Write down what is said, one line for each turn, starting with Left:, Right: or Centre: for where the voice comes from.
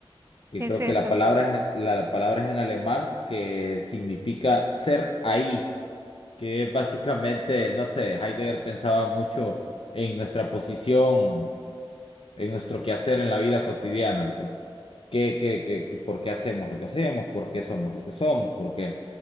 Left: que
Right: ¿qué
Left: creo
Right: es eso?
Left: que la palabra es, la palabra es en alemán, que significa ser ahí, que es básicamente, no sé, Heidegger pensaba mucho en nuestra posición en nuestro quehacer en la vida cotidiana, pues, ¿qué, qué, qué, qué- por qué hacemos lo que hacemos? ¿Por qué somos lo que somos? ¿Por qué,